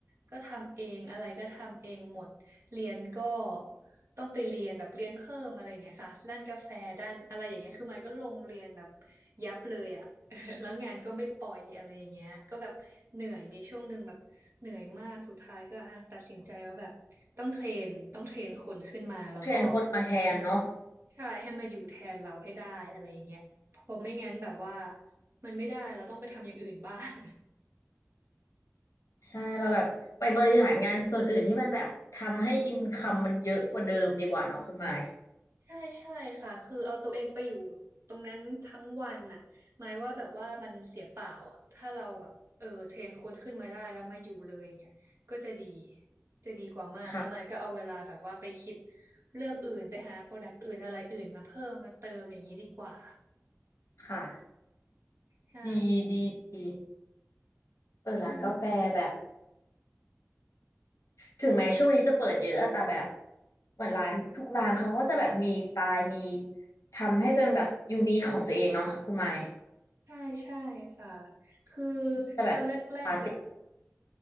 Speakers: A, on the right; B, on the left.
A: ก็ทำเองอะไรก็ทำเองหมดเรียนก็ต้องไปเรียนแบบเรียนเพิ่มอะไรอย่างเงี้ยค่ะด้านกาแฟด้านอะไรอย่างเงี้ยคือมันก็ลงเรียนแบบยับเลยอ่ะ <laughs> แล้วงานก็ไม่ปล่อยอะไรอย่างเงี้ยก็แบบเหนื่อยมีช่วงหนึ่งแบบเหนื่อยมากสุดท้ายก็อ่ะตัดสินใจว่าแบบต้องเทรนต้องเทรนคนขึ้นมาแล้วก็
B: เทรนคนมาแทนเนาะ
A: ใช่ให้มาอยู่แทนเราให้ได้อะไรอย่างเงี้ยเพราะไม่งั้นแบบว่ามันไม่ได้เราต้องไปทำอย่างอื่น <laughs> บ้าง
B: ใช่เราแบบไปบริหารงานส่วนอื่นที่มันแบบทำให้อินคัมมันเยอะกว่าเดิมดีกว่าเนาะคุณหมาย
A: ใช่ใช่ค่ะคือเอาตัวเองไปอยู่ตรงนั้นทั้งวันน่ะหมายว่าแบบว่ามันเสียเปล่าอ่ะถ้าเราแบบเออเทรนคนขึ้นมาได้แล้วมาอยู่เลยเนี่ยก็จะดีจะดีกว่ามากแล้วหมายก็เอาเวลาแบบว่าไปคิด
B: ค่ะ
A: เรื่องอื่นไปหาโปรดักต์อื่นอะไรอื่นมาเพิ่มมาเติมอย่างนี้ดีกว่า
B: ค่ะ
A: ใช่
B: ดีดีดีเออร้านกาแฟแบบ
A: ใช่
B: ถึงแม้ช่วงนี้จะเปิดเยอะอะแต่แบบเหมือนร้านทุกร้านเขาก็จะแบบมีสไตล์มีทำให้เป็นแบบยูนิคของตัวเองเนาะคุณหมาย
A: ใช่ใช่ค่ะคือ
B: ที่จะแบบปาร์ตี้
A: ตอนแรกๆแบบ